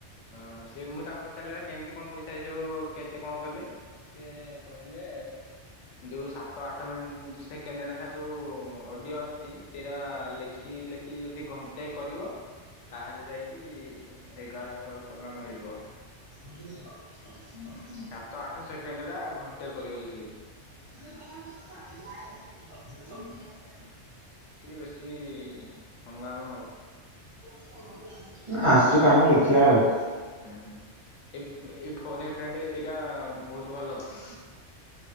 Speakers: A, on the left (about 85°); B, on the right (about 35°).
A: ହଁ ସେ ମୁଁ ତାଙ୍କୁ ପଚାରିଲାବେଳେ କେମିତି କଣ ପଇସା ଆସିବ କେତେ କଣ କଲେ? ସେ କହିଲେ ଯୋଉ ସାତ ଆଠ ମିନିଟ ସେ କେଣ୍ଡ ନେଖା ଯୋଉଁ ଅଡ଼ିଓ ଆସୁଚି ସେଇରା ଲେଖି ଲେଖି ଯଦି ଘଣ୍ଟେ କରିବ ତାହେଲେ ଯାଇକି ଏଗାରଶହ ଟଙ୍କା ମିଳିବ।
B: <inaudible>
A: ସାତ ଆଠ ସେକେଣ୍ଡରା ଘଣ୍ଟେ କରିବ ଲେଖିଲେଖି।
B: <inaudible>
A: ଟିକେ ବେଶୀ ହଙ୍ଗାମ ଆଉ।
B: <unintelligible> ଆସୁ କାମ ଦେଖିବା ଆଉ।
A: ହୁଁ ଏ ଏଇ ଫୋନ ଏ ଫ୍ରେଣ୍ଡ ଏଇଟା ବହୁତ ଭଲ ତ।